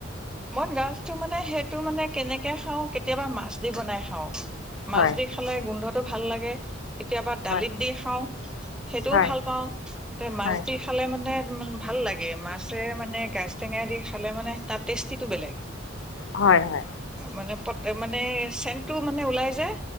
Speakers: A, in the centre; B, on the left.
A: মই গাঁজটো মানে, সেইটো মানে, কেনেকে খাওঁ! কেতিয়াবা, মাছ দি বনাই খাওঁ। মাছ
B: হয়
A: দি খালে, গোন্ধটো ভাল লাগে। কেতিয়াবা, দালিত
B: হয়
A: দি খাওঁ, সেইটোও
B: হয়
A: ভাল পাওঁ! তে মাছ
B: হয়
A: দি। খালে মানে, ভাল লাগে, মাছে মানে, গাঁজ টেঙা দি খালে মানে, তাত টেষ্টিটো বেলেগ।
B: হয়, হয়।
A: মানে, <unintelligible> মানে, চেন্টটো মানে, ওলাই যাই,